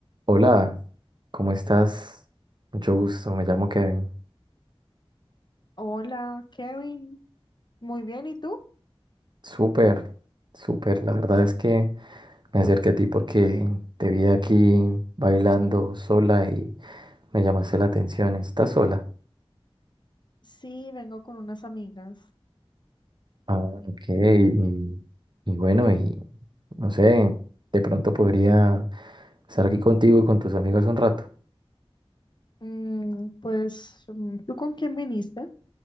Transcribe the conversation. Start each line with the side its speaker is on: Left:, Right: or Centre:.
Right: Hola, ¿cómo estás? Mucho gusto, me llamo Kevin.
Left: Hola, Kevin. Muy bien, ¿y tú?
Right: Súper, súper. La verdad es que me acerqué a ti porque te vi aquí bailando sola y me llamaste la atención. ¿Estás sola?
Left: Sí, vengo con unas amigas.
Right: Ah, ok. Y, y bueno, y no sé, de pronto podría estar aquí contigo y con tus amigas un rato.
Left: Mm, pues, mm, ¿tú con quién viniste?